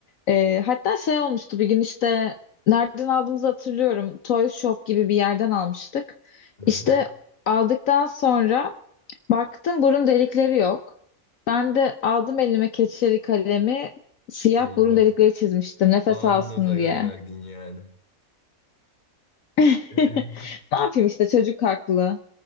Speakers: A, on the left; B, on the left.
A: Ee, hatta şey olmuştu bir gün işte nereden aldığımızı hatırlıyorum. Toy Shop gibi bir yerden almıştık.
B: <laughs> Aha,
A: İşte aldıktan sonra baktım burun delikleri yok. Ben de aldım elime keçeli kalemi siyah
B: Eyvah.
A: burun delikleri çizmiştim nefes
B: Anında
A: alsın
B: zarar
A: diye.
B: verdin yani.
A: <laughs>
B: <laughs>
A: Ne yapayım işte çocuk haklı.